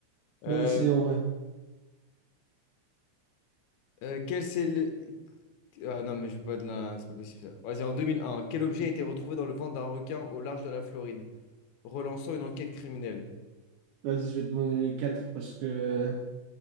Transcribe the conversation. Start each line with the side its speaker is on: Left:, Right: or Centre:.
Right: Bien
Left: Euh,
Right: essayé en vrai.
Left: euh, quel c'est le... Ah non, mais je peux pas de la... C'est pas possible ça. Vas-y, en 2001, quel objet a été retrouvé dans le ventre d'un requin au large de la Floride, relançant une enquête criminelle?
Right: Vas-y, je vais te demander les quatre parce que.